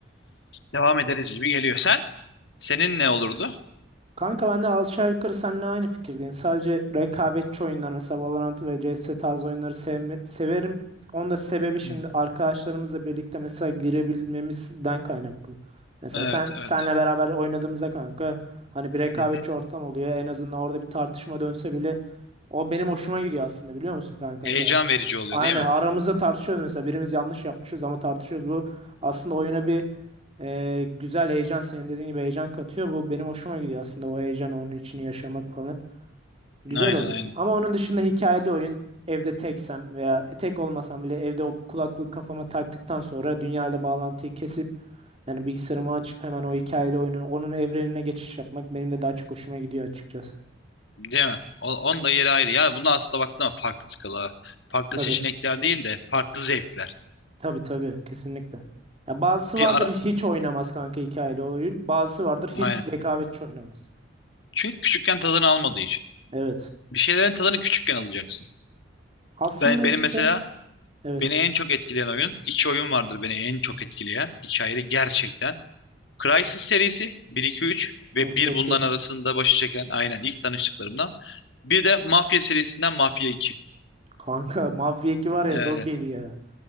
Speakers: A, on the left; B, on the right.
A: devam ederiz gibi geliyor. Sen? Senin ne olurdu?
B: Kanka ben de aşağı yukarı seninle aynı fikirdeyim. Sadece rekabetçi oyunlar mesela Valorant ve CS tarzı oyunları sevme- severim. Onun da sebebi şimdi
A: Hı.
B: arkadaşlarımızla birlikte mesela girebilmemizden kaynaklı. Mesela
A: Evet,
B: sen
A: evet.
B: senle beraber oynadığımızda kanka hani bir rekabetçi
A: Hı hı.
B: ortam oluyor. En azından orada bir tartışma dönse bile o benim hoşuma gidiyor aslında biliyor musun kanka
A: Heyecan
B: mesela.
A: verici oluyor
B: Aynen
A: değil mi?
B: aramızda tartışıyoruz mesela birimiz yanlış yapmışız ama tartışıyoruz. Bu aslında oyuna bir ee, güzel heyecan senin dediğin gibi heyecan katıyor. Bu benim hoşuma gidiyor aslında o heyecan onun içini yaşamak falan. Güzel
A: Aynen,
B: oluyor.
A: aynen.
B: Ama onun dışında hikayeli oyun evde teksem veya tek olmasam bile evde o kulaklık kafama taktıktan sonra dünya ile bağlantıyı kesip yani bilgisayarımı açıp hemen o hikayeli oyunu onun evrenine geçiş yapmak benim de daha çok hoşuma gidiyor açıkçası.
A: Değil mi? O, onun da yeri ayrı. Yani bunu aslında baktığında farklı skala. Farklı
B: Tabii
A: seçenekler değil de farklı zevkler.
B: tabii tabii kesinlikle. Ya bazısı
A: Bir
B: vardır
A: ara...
B: hiç oynamaz kanka hikayeli oyun. Bazısı vardır
A: Aynen.
B: hiç rekabetçi oynamaz.
A: Çünkü küçükken tadını almadığı için.
B: Evet.
A: Bir şeylerin tadını küçükken alacaksın.
B: Aslında
A: Ben, benim
B: işte
A: mesela
B: evet.
A: Beni en çok etkileyen oyun, iki oyun vardır beni en çok etkileyen hikayeli gerçekten. Crysis serisi bir 2 3 ve
B: Of
A: bir
B: çok
A: bundan
B: iyi.
A: arasında başı çeken aynen ilk tanıştıklarımdan. Bir de Mafya serisinden Mafya iki
B: Kanka <laughs> Mafya 2 var ya
A: Evet,
B: çok iyiydi ya.